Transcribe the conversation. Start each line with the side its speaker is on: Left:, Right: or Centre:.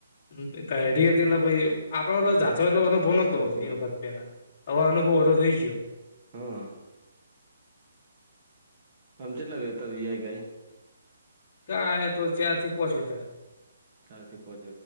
Left: હા કાઈઢી હતી એટલે ભઈ આપડા
Right: હમ
Left: એ જાતો
Right: હમ.
Left: એટલો ભો નો તો
Right: હાચી વાત
Left: એ વખત પેલા અવે અનુભવ બધો થઈ ગયો.
Right: તો હા. આમ જેટલા વેતા વીઆઈ ગાય
Left: ગાય એ તો ચાર થી પોંચ લીટર.
Right: ચારથી પોચ